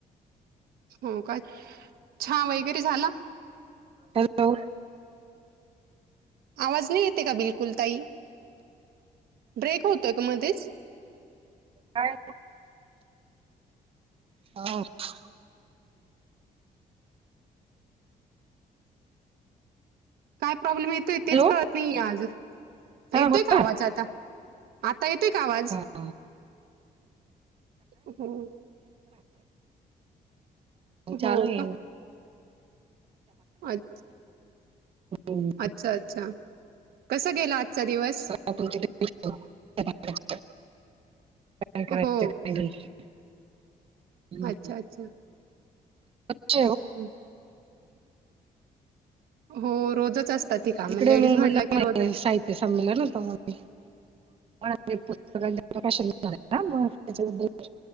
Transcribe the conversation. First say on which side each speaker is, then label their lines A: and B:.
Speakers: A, on the right (about 90°); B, on the right (about 40°).
A: हो काय छा वैगैरे झाला.
B: हॅलो.
A: आवाज नाही येतये का बिलकुल ताई. ब्रेक होतोय का मध्येच
B: काय <unintelligible>
A: काय प्रॉब्लेम येतोय
B: हॅलो
A: तेच कळत नाहीये आज येतोय
B: हा बोला
A: का आवाज आता? आता येतोय का आवाज?
B: <unintelligible> <unintelligible> हा
A: हो.
B: चालू
A: हो
B: ये
A: अच
B: हम्म,
A: अच्छा अच्छा कसा गेला आजचा दिवस?
B: <unintelligible> पाण्याचं <unintelligible>
A: हो.
B: हम्म.
A: अच्छा अच्छा
B: <inaudible>
A: हं. हो रोजच असतात ही कामं.
B: इकडे
A: लेडीज
B: मुंबईला
A: म्हटलं की
B: <unintelligible>
A: रोजच.
B: साहित्य ते संमेलन होती. पुस्तक प्रकाश त्याच्याबदल